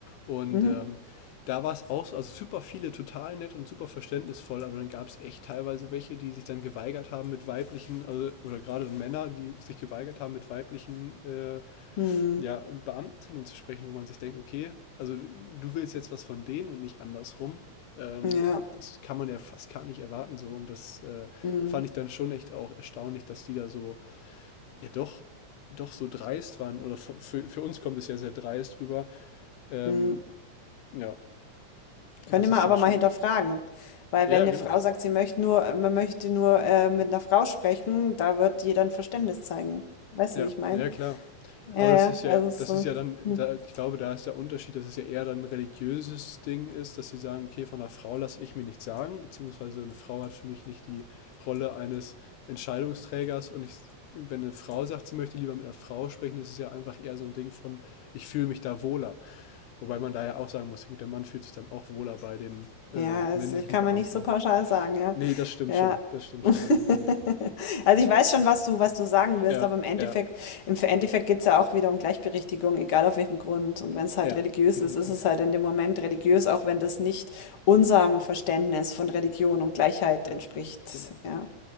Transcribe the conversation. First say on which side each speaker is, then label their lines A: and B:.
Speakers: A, on the left; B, on the left.
A: Und
B: Mhm.
A: ähm, da war es auch so, also super viele total nett und super verständnisvoll, aber dann gab es echt teilweise welche, die sich dann geweigert haben mit weiblichen, also oder gerade Männer, die sich geweigert haben mit weiblichen äh,
B: Mhm.
A: ja, Beamtinnen zu sprechen, wo man sich denkt, okay, also du willst jetzt was von denen und nicht andersrum. Ähm,
B: Ja.
A: das kann man ja fast gar nicht erwarten so und das äh,
B: Mhm.
A: fand ich dann schon echt auch erstaunlich, dass die da so, ja doch, doch so dreist waren oder f- für, für uns kommt es ja sehr dreist rüber. Ähm,
B: Mhm.
A: ja,
B: Könnte
A: das
B: man
A: ist
B: aber
A: dann schon,
B: mal hinterfragen, weil
A: ja
B: wenn eine
A: genau,
B: Frau sagt, sie möchte nur, äh, man möchte nur äh, mit einer Frau sprechen, da wird jeder ein Verständnis zeigen. Weißt
A: Ja,
B: du, wie ich meine?
A: ja klar.
B: Ja,
A: Aber
B: ja,
A: das ist ja,
B: also
A: das
B: so.
A: ist ja dann,
B: hm.
A: da, ich glaube, da ist der Unterschied, dass es ja eher dann ein religiöses Ding ist, dass sie sagen, okay, von einer Frau lasse ich mir nichts sagen, beziehungsweise eine Frau hat für mich nicht die Rolle eines Entscheidungsträgers und ich, wenn eine Frau sagt, sie möchte lieber mit einer Frau sprechen, ist es ja einfach eher so ein Ding von, ich fühle mich da wohler. Wobei man da ja auch sagen muss, ja gut, der Mann fühlt sich dann auch wohler bei dem äh,
B: Ja,
A: männlichen
B: das kann
A: Beamten.
B: man nicht so pauschal sagen, ja.
A: Nee, das stimmt
B: Ja.
A: schon, das stimmt
B: <laughs>
A: schon, definitiv.
B: Also ich weiß schon, was du, was du sagen willst,
A: Ja,
B: aber im Endeffekt,
A: ja,
B: im Endeffekt geht es ja auch wieder um Gleichberechtigung, egal auf welchem Grund. Und wenn es halt
A: ja,
B: religiös
A: definitiv.
B: ist, ist es halt in dem Moment religiös, auch wenn das nicht unserem Verständnis von Religion und Gleichheit
A: Ja,
B: entspricht.
A: genau.
B: Ja,